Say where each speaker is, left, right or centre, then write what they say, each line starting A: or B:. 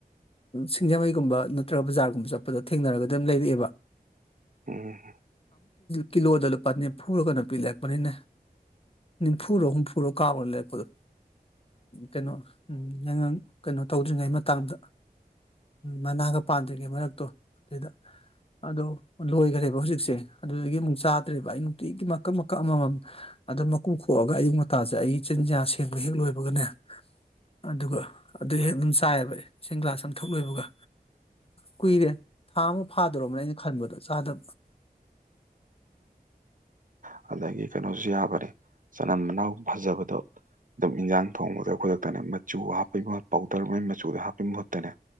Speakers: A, on the left (about 35°); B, on the right (about 55°).
A: ꯁꯤꯡꯖꯃꯩꯒꯨꯝꯕ ꯅꯠꯇ꯭ꯔꯒ ꯕꯖꯥꯔꯒꯨꯝꯕ ꯆꯠꯄꯗ ꯊꯦꯡꯅꯔꯒꯗꯤ ꯑꯗꯨꯝ ꯂꯩꯔꯛꯑꯦꯕ
B: ꯎꯝ
A: ꯀꯤꯂꯣꯗ ꯂꯨꯄꯥ ꯅꯤꯝꯐꯨꯔ ꯀꯩꯅꯣ ꯄꯤ ꯂꯩꯔꯛꯄꯅꯤꯅꯦ ꯅꯤꯝꯐꯨꯔꯣ ꯍꯨꯝꯐꯨꯔꯣ ꯀꯥꯕ ꯂꯩꯔꯛꯄꯗꯣ ꯀꯩꯅꯣ ꯌꯥꯏꯉꯪ ꯀꯩꯅꯣ ꯇꯧꯗ꯭ꯔꯤꯉꯩ ꯃꯇꯥꯡꯗ ꯃꯅꯥꯒ ꯄꯥꯟꯗ꯭ꯔꯤꯉꯩ ꯃꯔꯛꯇꯣ ꯑꯗꯨꯗꯩꯗ ꯑꯗꯣ ꯂꯣꯏꯈ꯭ꯔꯦꯕ ꯍꯧꯖꯤꯛꯁꯦ ꯑꯗꯨꯗꯒꯤ ꯑꯃꯨꯛ ꯆꯥꯗ꯭ꯔꯦꯕ ꯑꯩ ꯅꯨꯡꯇꯤꯒꯤ ꯃꯀ ꯃꯝ ꯑꯗꯨ ꯀꯣꯛꯈꯣꯛꯑꯒ ꯑꯌꯨꯛ ꯉꯇꯥꯁꯦ ꯑꯩꯒꯤ ꯏ ꯆꯤꯟꯖꯥꯛ ꯁꯦꯡꯕ ꯍꯦꯛ ꯂꯣꯏꯕꯒꯅꯦ ꯑꯗꯨꯒ ꯑꯗꯨ ꯍꯦꯛ ꯑꯗꯨꯝ ꯆꯥꯏꯌꯦꯕ ꯏꯁꯤꯡ ꯒ꯭ꯂꯥꯁ ꯑꯝꯊꯛ ꯂꯣꯏꯕꯒ ꯀꯨꯏꯔꯦ ꯊꯥ ꯑꯃ ꯐꯥꯗꯧꯣꯔꯔꯕꯅꯦ ꯑꯩꯅ ꯈꯟꯕꯗ ꯁꯥꯥꯗꯕ
B: ꯎꯝ ꯑꯗꯒꯤ ꯀꯩꯅꯣꯁꯨ ꯌꯥꯕꯅꯦ ꯆꯅꯝ ꯃꯅꯥꯎ ꯐꯖꯕꯗꯣ ꯑꯗꯨꯝ ꯏꯟꯖꯥꯡ ꯊꯣꯡꯕꯗ ꯈꯨꯗꯛꯇꯅꯦ ꯃꯆꯨ ꯍꯥꯞꯄꯩ ꯃꯍꯨꯠ ꯄꯥꯎꯗꯔ ꯃꯩ ꯃꯆꯨꯗꯣ ꯍꯥꯞꯄꯒꯤ ꯃꯍꯨꯠꯇꯅꯦ